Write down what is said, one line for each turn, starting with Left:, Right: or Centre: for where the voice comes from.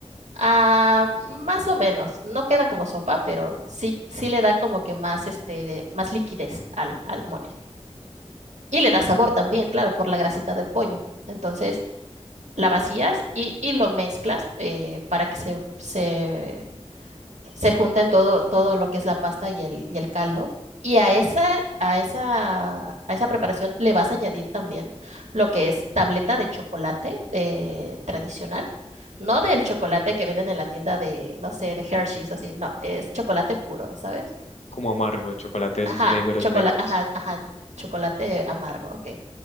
Right: Ah, más o menos, no queda como sopa, pero sí, sí le da como que más, este, más liquidez al, al mole. Y le da sabor también, claro, por la grasita del pollo. Entonces, la vacías y, y lo mezclas eh, para que se, se se junten todo, todo lo que es la pasta y el, y el caldo. Y a esa, a esa, a esa preparación le vas a añadir también lo que es tableta de chocolate eh, tradicional. No del chocolate que venden en la tienda de, no sé, de Hershey's, así, no, es chocolate puro, ¿sabes?
Left: como amargo, chocolate de
Right: Ajá,
Left: esos negros,
Right: chocolate,
Left: negros.
Right: ajá, ajá, chocolate amargo, ok.